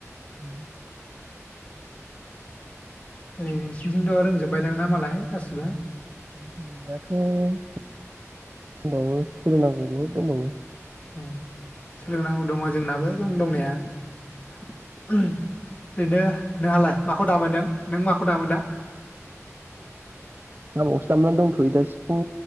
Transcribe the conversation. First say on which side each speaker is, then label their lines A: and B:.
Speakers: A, on the right; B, on the left.
A: उम।
B: ओरै नोंसिनिथिंथ' रोंजोबबाय दां ना मालाय गासिबो।
A: रोंनायाथ दंबावो सोलोंनांगौ बहुद दंबावो।
B: उम। सोलोंनांगौ दङ जोंनाबो जों दंनाया।
A: दंबावो
B: <inaudible> ओरैनो नोंहालाय माखौ दामो नों। नों माखौ दामो दा।
A: खामावसो दामनानै दंथयो दा सिफुं